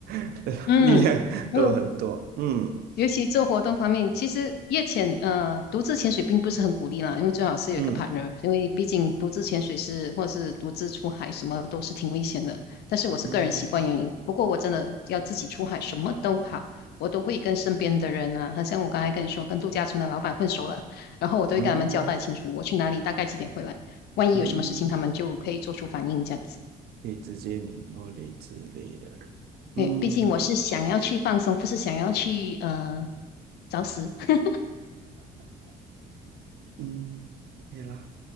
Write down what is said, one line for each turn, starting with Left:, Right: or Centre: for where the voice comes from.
Right: <laughs>
Left: 嗯，
Right: 力量都很多，
Left: 嗯，
Right: 嗯
Left: 尤其做活动方面，其实夜潜，呃，独自潜水并不是很鼓励啦，因为最好是有一个
Right: 嗯
Left: partner，因为毕竟独自潜水是或是独自出海什么都是挺危险的。但是我是个人习惯原因，
Right: 嗯
Left: 不过我真的要自己出海什么都好，我都会跟身边的人啊，好像我刚才跟你说，跟度假村的老板混熟了，然后我都会跟他们交代清楚我去哪里，
Right: 嗯
Left: 大概几点回来，万一有什么事情，
Right: 嗯，
Left: 他们就可以做出反应这样子。
Right: 可以直接联络类之类的，
Left: 对，
Right: 嗯
Left: 毕竟我是想要去放松，不是想要去呃找死。<laughs>
Right: 嗯，可以啦，